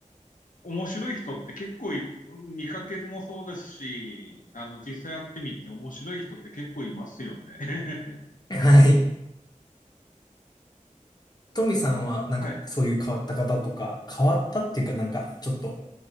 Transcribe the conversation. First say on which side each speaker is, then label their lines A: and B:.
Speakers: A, on the left; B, on the left.
A: 面白い人って結構い見かけもそうですし、あの、実際やってみて面白い人って結構いますよね。<laughs>
B: はい。
A: あのこうはい。
B: トミさんは、なんか、そういう変わった方とか、変わったっていうか、なんか、ちょっと、